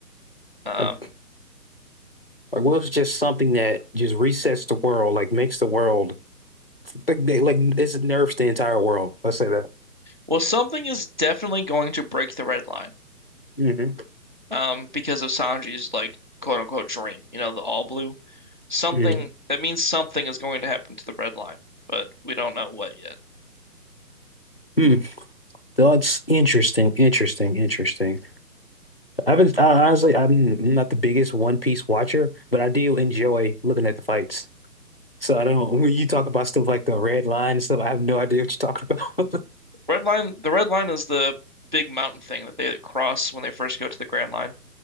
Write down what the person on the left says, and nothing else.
Like, like what if it's just something that just resets the world, like makes the world like they like this nerfs the entire world. Let's say that.
hmm
hmm
Hmm. That's interesting, interesting, interesting. I've been I, honestly, I'm not the biggest One Piece watcher, but I do enjoy looking at the fights. So I don't, when you talk about stuff like the red line and stuff, I have no idea what you're talking about.